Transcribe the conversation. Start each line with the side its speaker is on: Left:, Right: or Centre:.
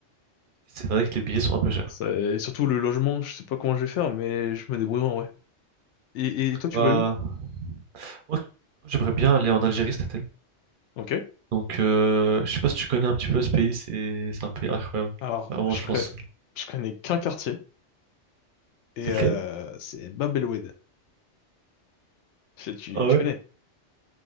Right: C'est vrai que les billets sont un peu chers.
Left: Ça- Et surtout le logement, je sais pas comment je vais faire, mais je me débrouille en vrai. Et, et toi, tu
Right: Bah,
Left: vas aller où?
Right: moi, j'aimerais bien aller en Algérie cet été.
Left: Ok.
Right: Donc, euh, je sais pas si tu connais un petit peu ce pays, c'est c'est un pays incroyable.
Left: Alors,
Right: Vraiment,
Left: je
Right: je
Left: connais,
Right: pense.
Left: je connais qu'un quartier, et
Right: C'est
Left: euh,
Right: lequel?
Left: c'est Bab El Oued. Je- Tu,
Right: Ah
Left: tu
Right: ouais?
Left: connais?